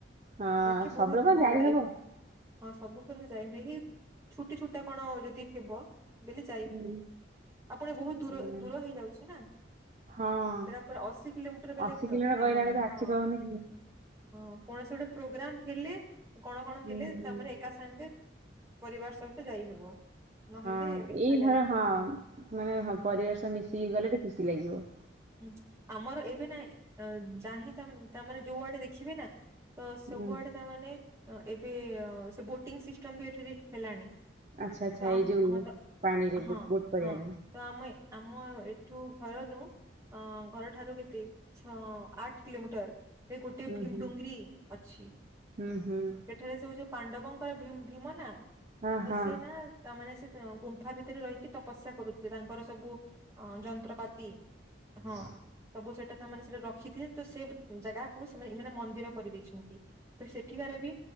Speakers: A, on the right; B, on the right.
A: ହଁ
B: ବାକି ବହୁତ
A: ସବୁବେ କଣ
B: ଭଲ
A: ଯାଇ
B: ଏ
A: ହବ।
B: ହଁ, ସବୁବେଲେ ଯାଇ ଏଇ ଛୁଟି ଛୁଟା କଣ ଯଦି ହେବ। ବ ଯାଇକ
A: ହୁଁ।
B: ଆପଣ ବହୁତ ଦୂର
A: ହୁଁ।
B: ଦୂର ହେଇଯାଉଛି ନା।
A: ହଁ।
B: ସେଟା ପୁରା ଅଶୀ କିଲୋମିଟର ବେଲେକ
A: ଅଶୀ କିଲୋମିଟର
B: ତାମାନେ
A: କହିଲା ବେଳକୁ ଆଖି
B: ହଁ।
A: ପାଉନି।
B: ହଁ, କୌଣସି ଗୋଟେ ପ୍ରୋଗ୍ରାମ ହେଲେ। କଣ କଣ
A: ହୁଁ
B: ହେଲେ
A: ହୁଁ
B: ତାମାନେ ଏକା ସାଙ୍ଗେ ପରିବାର ସହିତ ଯାଇହବ। ନହେଲେ
A: ହଁ,
B: ଏକା
A: ଏଇ
B: ଯାଇହବ
A: ଧର ହଁ ମାନେ ହଁ ପରିବାର ସହ ମିଶିକି ଗଲେ ଟିକେ ଖୁସି ଲାଗିବ।
B: ହୁଁ, ଆମର ଏବେ ନା। ଯଁ ତାମେ ଯୋଉ ଆଡେ ଦେଖିବି ନା। ତ ସବୁଆଡେ
A: ହୁଁ
B: ତାମାନେ ଅ ଏବେ ସେ ବୋଟିଂ ସିଷ୍ଟମ ବି ଏଠାରେ ହେଲାଣି।
A: ଆଚ୍ଛା ଆଚ୍ଛା
B: ତ ଆମ
A: ଏଇ ଯୋଉ
B: ହଁ ତ
A: ପାଣି ରେ
B: ହଁ
A: ବୁଟ ବୁଟ କରିବା
B: ହଁ
A: ପାଇଁ।
B: ତ ଆମ ଆମ ଏଠୁ ଘରରୁ ଅ ଘରଠାରୁ କେତେ ଛଅ ଆଠ କିଲୋମିଟର। ଏ ଗୋଟେ
A: ହୁଁ
B: ଭୀମଡୁଙ୍ଗରି
A: ହୁଁ
B: ଅଛି ସେ
A: ହୁଁ ହୁଁ
B: ଏଠାରେ ଯଉ ଯୋଉ ପାଣ୍ଡବଙ୍କର ଭୀ-ଭୀମ ନା
A: ହଁ ହଁ
B: ତ ସି ନା। ତାମାନେ ସେ ଗୁମ୍ଫା ଭିତରେ ରହିକି ତପସ୍ୟା କରୁଥିଲେ। ତାଙ୍କର ସବୁ ଅ ଯନ୍ତ୍ରପାତି ହଁ।
A: ହ
B: ସବୁ ସେଟା ତ ମାନେ ସେଟା ରଖିଥ ତ ସେ ଜାଗାକୁ ସେମାନେ ଏ ମାନେ ମନ୍ଦିର କରିଦେଇଛନ୍ତି। ତ ସେଠିକାରେ ବି